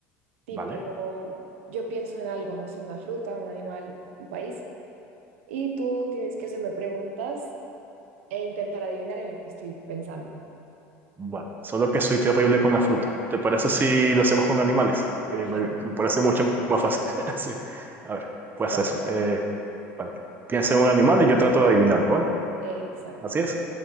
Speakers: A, on the right; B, on the right.
A: tipo,
B: Vale,
A: yo pienso en algo, no sé, una fruta, un animal, un país, y tú tienes que hacerme preguntas e intentar adivinar en lo que estoy pensando.
B: vale. Solo que soy terrible con la fruta. ¿Te parece si lo hacemos con animales? Que
A: Perfecto.
B: me, me parece mucho más fácil. <laughs> Sí. A ver, pues
A: da-
B: eso. eh, vale. Piensa en un animal y yo trato de adivinarlo, ¿vale?
A: exacto.
B: Así es.